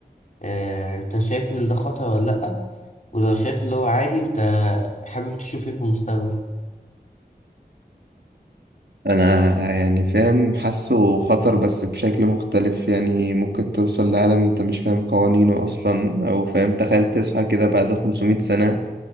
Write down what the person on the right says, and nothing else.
انا يعني فاهم حاسه خطر بس بشكل مختلف يعني ممكن توصل لعالم انت مش فاهم قوانينه اصلا او فاهم تخيل تصحى كده بعد 500 سنة